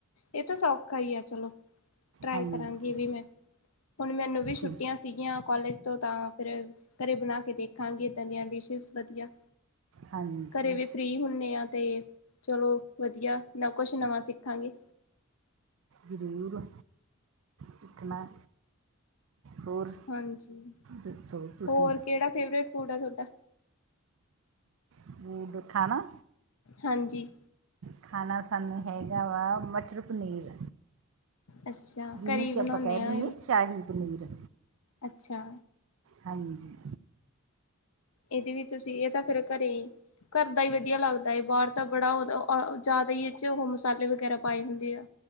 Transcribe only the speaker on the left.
ਇਹ ਤਾਂ ਸੌਖਾ ਈ ਆ ਚਲੋ। ਟ੍ਰਾਈ
ਕਰਾਂਗੀ ਏਹ ਵੀ ਮੈਂ, ਹੁਣ ਮੈਨੂੰ ਵੀ ਛੁੱਟੀਆਂ
ਸੀਗੀਆਂ ਕੋਲੇਜ ਤੋਂ ਤਾਂ ਫਿਰ ਘਰੇ ਬਣਾਕੇ ਦੇਖਾਂਗੇ, ਏਦਾ ਦੀਆਂ ਡਿਸ਼ਿਜ ਵਧੀਆ।
ਘਰੇ ਵੀ ਫ੍ਰੀ ਹੁੰਨੇ ਆ ਤੇ, ਚਲੋ ਵਧੀਆ, ਨਾ ਕੁਛ ਨਵਾਂ ਸਿੱਖਾਂਗੇ।
ਹਾਂਜੀ
ਹੋਰ ਕਿਹੜਾ ਫੇਵਰੇਟ ਫੂਡ ਆ, ਥੋਡਾ?
ਹਾਂਜੀ।
ਅੱਛਾ
ਘਰੇ ਹੀ
ਬਣਾਉਣੇ
ਆ ਇਹ ਵੀ
ਅੱਛਾ।
ਏਦੇ ਵਿਚ ਅਸੀ, ਇਹ ਤਾਂ ਫਿਰ ਘਰੇ ਈ ਘਰ ਦਾ ਈ ਵਧੀਆ ਲੱਗਦਾ ਏ, ਬਾਹਰ ਤਾਂ ਬੜਾ ਜਾਦਾ ਈ ਏ'ਚ ਓ ਮਸਾਲੇ ਵਗੈਰਾ ਪਾਏ ਹੁੰਦੇ ਆ।